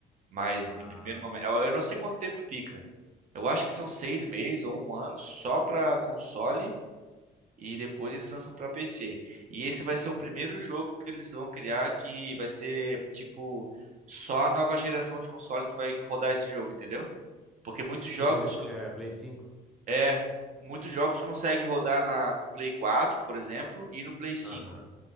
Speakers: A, on the right; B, in the centre.
A: Mas
B: Ah,
A: em primeiro momento, eu eu não sei quanto tempo fica. Eu acho que são seis meses ou um ano só para console e depois eles lançam para PC. E esse vai ser o primeiro jogo que eles vão criar que vai ser tipo só a nova geração de console que vai rodar esse jogo, entendeu? Porque muitos
B: tipo
A: jogos
B: GT, é, Play 5.
A: é muitos jogos conseguem rodar na- no Play 4, por exemplo, e no Play 5.
B: Aham,